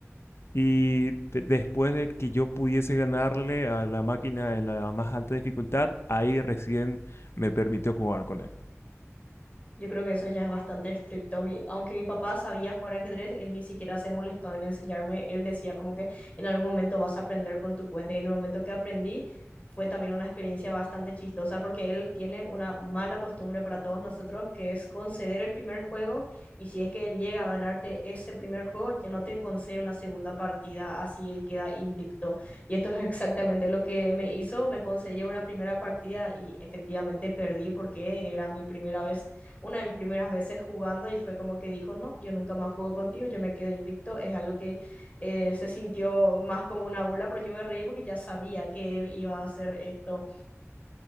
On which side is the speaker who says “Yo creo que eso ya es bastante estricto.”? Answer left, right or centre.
Left